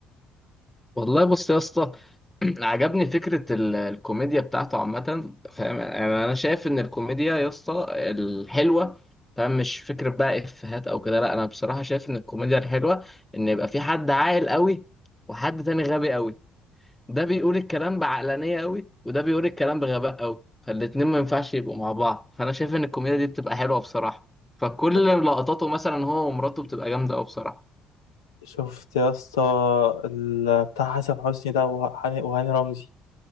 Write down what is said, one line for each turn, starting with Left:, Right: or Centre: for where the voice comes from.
Centre: والله بص يا اسطى <clears throat> عجبني فكرة ال- الكوميديا بتاعته عامة فاهم يعني أنا شايف إن الكوميديا يا اسطى الحلوة فاهم مش فكرة بقى إفيهات أو كده لا أنا بصراحة شايف إن الكوميديا الحلوة إن يبقى في حد عاقل قوي وحد تاني غبي قوي ده بيقول الكلام بعقلانية قوي وده بيقول الكلام بغباء قوي فالاتنين ما ينفعش يبقوا مع بعض فأنا شايف إن الكوميديا دي بتبقى حلوة بصراحة فكل
Left: أنت
Centre: لقطاته مثلا هو ومراته بتبقى جامدة قوي بصراحة
Left: شفت يا اسطى ال- بتاع حسن حسني ده وهاني وهاني رمزي